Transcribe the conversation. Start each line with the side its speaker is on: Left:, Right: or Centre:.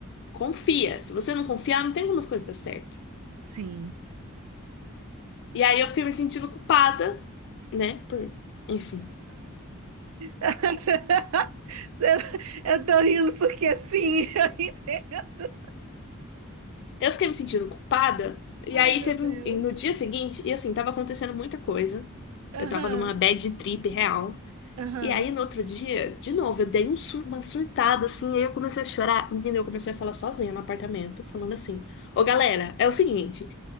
Left: confia. Se você não confiar, não tem como as coisas dar certo.
Right: sim.
Left: E aí eu fiquei me sentindo culpada, né? Por... Enfim.
Right: <laughs> Eu tô rindo porque assim, <laughs> eu entendo.
Left: Eu fiquei me sentindo culpada. E
Right: Ai,
Left: aí
Right: meu
Left: teve
Right: Deus.
Left: um- e no dia seguinte, e assim, tava acontecendo muita coisa.
Right: Aham,
Left: Eu tava numa bad trip real.
Right: aham,
Left: E aí no outro dia, de novo, eu dei um sur- uma surtada assim, aí eu comecei a chorar. Menina, eu comecei a falar sozinha no apartamento, falando assim: "Ô galera, é o seguinte,